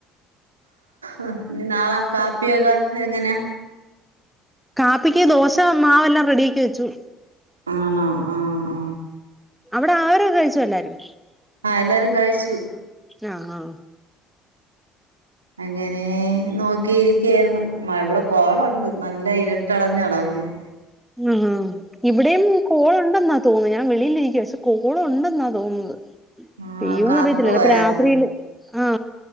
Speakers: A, on the right; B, in the centre.
A: ആ ഇ നാളാ കാപ്പിയൊക്കെ എങ്ങനാ
B: കാപ്പിക്ക് ദോശ മാവെല്ലാം റെഡി ആക്കി വെച്ചു
A: ആണോ ആഹ ആഹ
B: അവിടെ ആഹരൊക്കെ കഴിച്ചോ എല്ലാരും
A: ആഹ എല്ലാരും കഴിച്ചു
B: ആഹ് ആഹ
A: അങ്ങനെ നോക്കിയിരിക്കായിരുന്നു ഇവിടെ കോളുണ്ട്
B: ഉം
A: നല്ല ഇര തടഞ്ഞളകണം
B: ആ ഇവിടെയും കോൾ ഉണ്ടെന്നാ തോന്നുന്നു ഞാൻ വെളിയിലിരിക്കുവ പക്ഷെ കോ എപ്പോളും ഉണ്ടെന്നാ തോന്നുന്നത്
A: ആഹ്
B: അയ്യോ ഒന്നും
A: കറണ്ട്
B: അറിയല്ലല്ലപ്പോ
A: പോയായിരുന്നു
B: രാത്രിയില് ആ